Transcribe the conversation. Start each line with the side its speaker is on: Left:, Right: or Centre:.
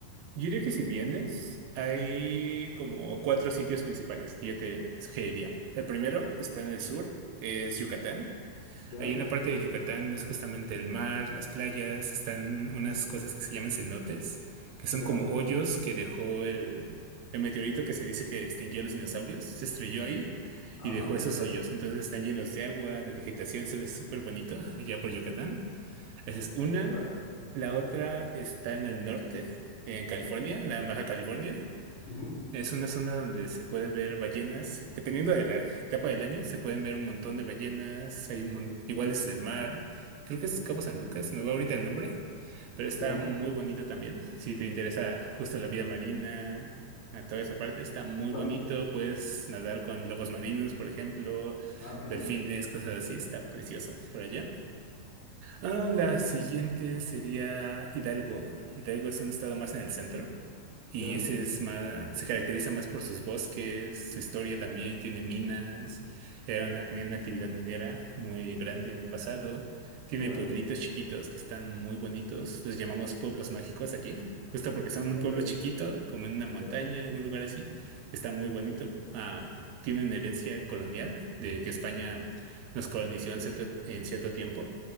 Right: Yo diría que si vienes, hay como cuatro sitios principales que yo te sugeriría. El primero está en el sur, es Yucatán.
Left: Ya,
Right: Ahí en la parte de Yucatán es justamente el mar, las playas, están unas cosas que se llaman cenotes, que son
Left: ya,
Right: como hoyos que dejó el, el meteorito que se dice que extinguió a los dinosaurios, se estrelló ahí
Left: ajá,
Right: y dejó esos hoyos. Entonces están llenos de agua, de vegetación, se ve súper bonito allá por Yucatán. Esa es una.
Left: ya,
Right: La otra está en el norte, en California, la en Baja California.
Left: ujú,
Right: Es una zona donde se pueden ver ballenas, dependiendo de la etapa del año, se pueden ver un montón de ballenas, hay un mon- igual es el mar, creo que es Cabo San Lucas, se me va ahorita el nombre, pero está
Left: ya,
Right: muy bonito también, si te interesa justo la vida marina, a toda esa parte, está muy
Left: claro.
Right: bonito, puedes nadar con lobos marinos, por ejemplo,
Left: Ah, mira,
Right: delfines, cosas así, está precioso por allá. Ah, la siguiente sería Hidalgo, Hidalgo es un estado más en el centro. Y
Left: ya,
Right: ese es más, se caracteriza más por sus bosques, su historia también, tiene minas, era una, tenía una actividad minera muy grande en el pasado, tiene
Left: ya.
Right: pueblitos chiquitos que están muy bonitos, los llamamos pueblos mágicos aquí, justo porque son
Left: Ah,
Right: un
Left: ok,
Right: pueblo chiquito, como en una montaña,
Left: ya,
Right: algún lugar así, que está muy bonito.
Left: ya,
Right: Ah, tienen herencia colonial de que España nos colonizó en cierto, en cierto tiempo